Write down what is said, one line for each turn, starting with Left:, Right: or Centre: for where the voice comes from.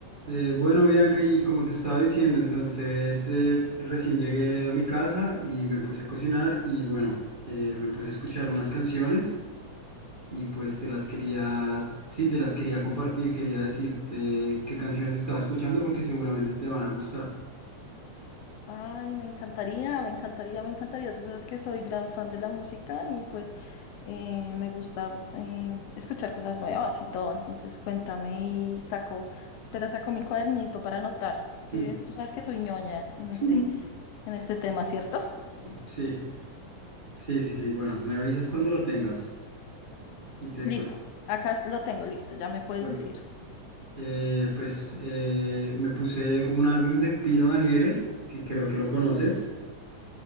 Right: Eh, bueno, Bianca, y como te estaba diciendo, entonces eh, recién llegué a mi casa y me puse a cocinar y bueno, eh, me puse a escuchar unas canciones y pues te las quería, sí, te las quería compartir, quería decirte qué canciones estaba escuchando porque seguramente te van a gustar.
Left: Ay, me encantaría, me encantaría, me encantaría. Tú sabes que soy gran fan de la música y pues eh, me gusta eh, escuchar cosas nuevas y todo. Entonces cuéntame y saco, espera, saco mi cuadernito para anotar. Es que
Right: Mm.
Left: tú sabes que soy ñoña en
Right: <laughs>
Left: este, en este tema, ¿cierto?
Right: Sí, sí, sí, sí. Bueno, me avisas cuando lo tengas y te
Left: Listo,
Right: cuento.
Left: acá lo tengo listo, ya me puedes
Right: Bueno,
Left: decir.
Right: eh, pues eh, me puse un álbum de Pino Daniele, que creo que lo conoces.